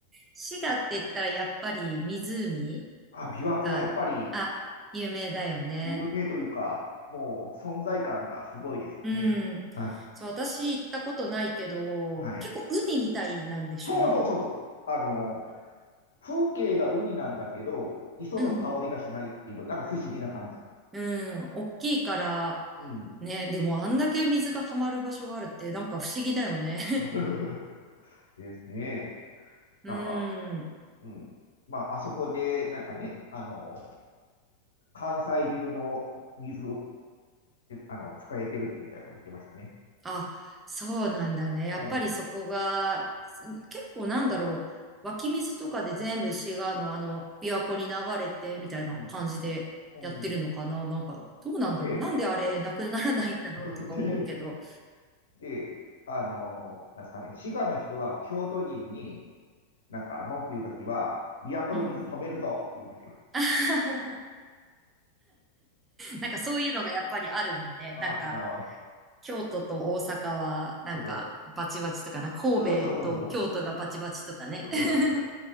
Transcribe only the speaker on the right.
滋賀って言ったらやっぱり湖
が、
あ、有名だよね。
うん。
そう、私行ったことないけど、
結構海みたいなんでしょ
うん。
うん。大きいから、
ね、でもあんだけ水が溜まる場所があるって、なんか不思議だよね。
<laughs>
うん。
あ、そうなんだね。やっぱりそこが、
す結構なんだろう。湧き水とかで全部滋賀のあの、琵琶湖に流れてみたいな感じでやってるのかな。
なんか、どうなんだろう。
なんであれなくならないんだろうとか思うけど。
うん。<laughs> なんかそういうのがやっぱりあるんだね。
なんか、
京都と大阪は、なんか、
バチバチとかな、神戸と京都がバチバチとかね。
<laughs>